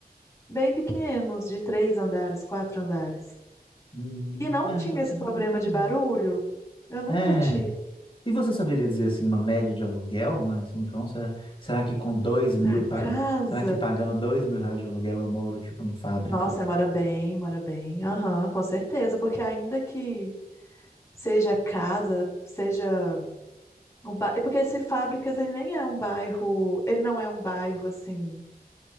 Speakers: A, on the left; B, on the left.
A: bem pequenos, de três andares, quatro andares.
B: Hum,
A: E não
B: é,
A: tinha
B: pode
A: esse
B: ser interessante.
A: problema de barulho. Eu nunca
B: É,
A: tive.
B: E você saberia dizer assim uma média de aluguel lá em São João? Será, será que com dois mil,
A: Pra
B: pa-
A: casa.
B: será que pagando dois mil reais de aluguel eu moro tipo no fábrica?
A: Nossa, mora bem, mora bem. Aham, com certeza. Porque ainda que seja casa, seja um bairro. Porque esse Fábricas, ele nem é um bairro. Ele não é um bairro assim.